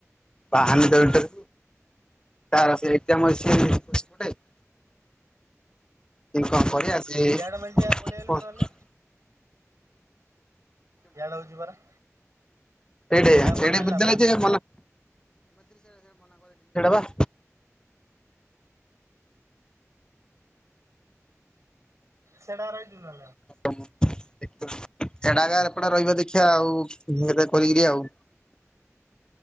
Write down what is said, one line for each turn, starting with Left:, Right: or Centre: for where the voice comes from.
Left: ପାହାନ <unintelligible> ତାର ସେ ଏକଜାମ ଅଛି <unintelligible> କେମିତି କ କରିବା ସେ?
Right: ଇଆଡେ ମିଳିଯିବ ପଳେଇ ଆଇଲୁ ନହେଲେ ୟଆଡେ ହେଉଛି ପରା।
Left: <unintelligible>
Right: ୟା
Left: ସେଇଟା
Right: କୋଉଠି ମିଳିଲା ପରା
Left: ବା।
Right: ସେଡ଼ାର ଏଇ ଜୁଲ
Left: <unintelligible> ରହିବା ଦେଖିବା ଆଉ <unintelligible> କରିକିରି ଆଉ।